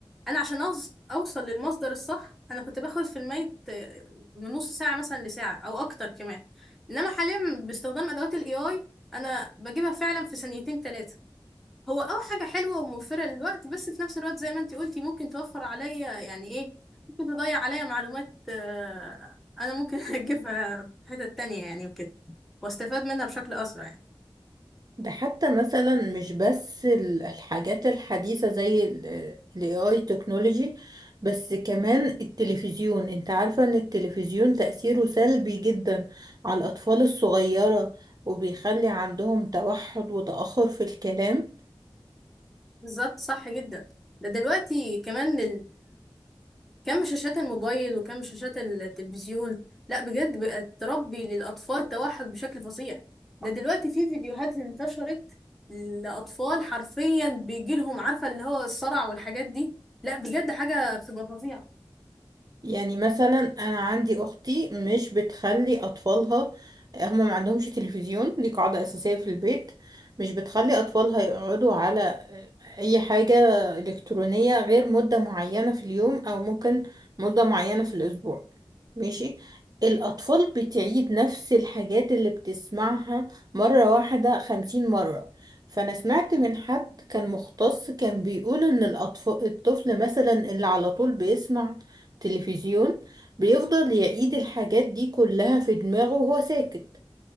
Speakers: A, in the centre; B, on the right.
A: انا عشان أوص- اوصل للمصدر الصح انا كنت باخد في الميت آه، من نص ساعه مثلا لساعه او اكتر كمان انما حاليا باستخدام ادوات الاي اي انا بجيبها فعلا في ثانيتين ثلاثه هو اه حاجة حلوة وموفرة للوقت بس في نفس الوقت زي ما انتي قلتي ممكن توفر عليا يعني ايه ممكن تضيع عليا معلومات آه، انا ممكن <laughs> اجيبها في حتة تانية يعني وكده واستفاد منها بشكل اسرع يعني
B: ده حتى مثلا مش بس ال- الحاجات الحديثة زي الاي اي تكنولوجي بس كمان التلفزيون انت عارفة ان التلفزيون تأثيره سلبي جدا على الأطفال الصغيرة وبيخلي عندهم توحد وتأخر في الكلام
A: بالظبط صح جدا ده دلوقتي كمان كم شاشات الموبايل وكم شاشات التلفزيون لا بجد بقت تربي للأطفال توحد بشكل فظيع ده دلوقتي في فيديوهات انتشرت لأطفال حرفيا بيجيلهم عارفة اللي هو الصرع والحاجات دي لا بجد حاجة بتبقى فظيعة
B: يعني مثلا انا عندي اختي مش بتخلي اطفالها هما ما عندهمش تلفزيون دي قاعدة اساسية في البيت مش بتخلي اطفالها يقعدوا على اي حاجة الكترونية غير مدة معينة في اليوم او ممكن مدة معينة في الاسبوع ماشي الاطفال بتعيد نفس الحاجات اللي بتسمعها مرة واحدة خمسين مرة فانا سمعت من حد كان مختص كان بيقول ان الاطفال الطفل مثلا اللي على طول بيسمع تلفزيون بيفضل يعيد الحاجات دي كلها في دماغه وهو ساكت